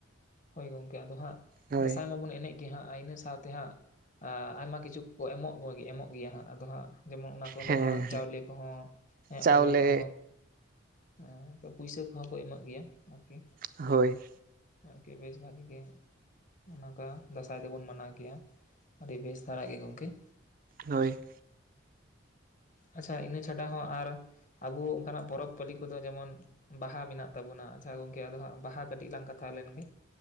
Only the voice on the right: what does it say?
ᱦᱳᱭ
ᱦᱮᱸ
ᱪᱟᱣᱞᱮ
ᱦᱳᱭ
ᱦᱳᱭ